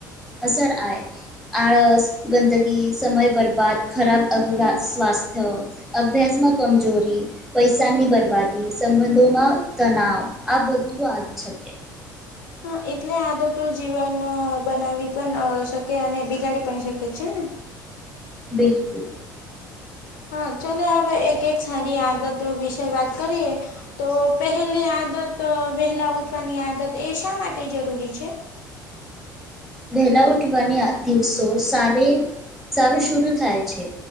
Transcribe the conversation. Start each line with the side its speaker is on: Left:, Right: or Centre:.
Centre: અસર આ. આળસ, ગંદગી, સમય બરબાદ, ખરાબ અહ, સ્વાસ્થ્ય. અભ્યાસમાં કમજોરી. પૈસાની બરબાદી સંબંધોમાં તનાવ આ બધું આવી શકે.
Left: હા એટલે આદતું જીવન બનાવી પણ શકે અને બિગાડી પણ શકે છે ને.
Centre: બિલકુલ.
Left: હા ચલો હવે એક એક સારી આદતો વિશે વાત કરીએ. તો પહેલી આદત વહેલા ઉઠવાની આદત એ શા માટે જરૂરી છે?
Centre: વહેલા ઉઠવાની દિવસો સ સારું શર થાય છે.